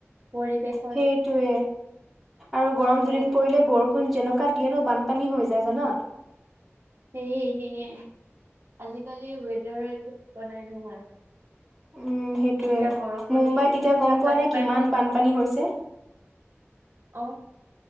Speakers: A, on the right; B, in the centre.
A: পৰিৱেশ
B: সেইটোৱে আৰু গৰম
A: উম
B: দুদিন পৰিলে বৰ ষুন যেনেকুৱা দিয়ে ন বানপানী হৈ যায় জানা
A: সেয়ে সেয়ে আজিকালি ৱেডাৰৰ একো ঠিকনাই নোহোৱাই
B: উম সেইটোৱে
A: কেতিয়া বৰষুণ
B: মুম্বাইত
A: কি কি
B: এতিয়া
A: কেতিয়া
B: গম পোৱা
A: বানপানী
B: নে কিমান বানপানী হৈছে
A: অ